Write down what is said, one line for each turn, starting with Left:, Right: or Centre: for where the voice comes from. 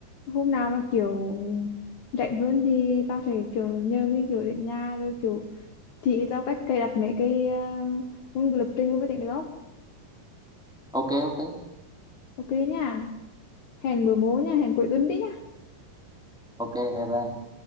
Left: hôm nào mà kiểu rảnh hơn thì tao sẽ kiểu nhờ mấy kiểu đến nhà rồi kiểu Chị tao cách cài đặt mấy cái uh, môn lập trình vô máy tính được không?
Centre: ok ok
Left: Ok nha. Hẹn bữa mố nha, hẹn cuối tuần đi nha.
Centre: ok bye bye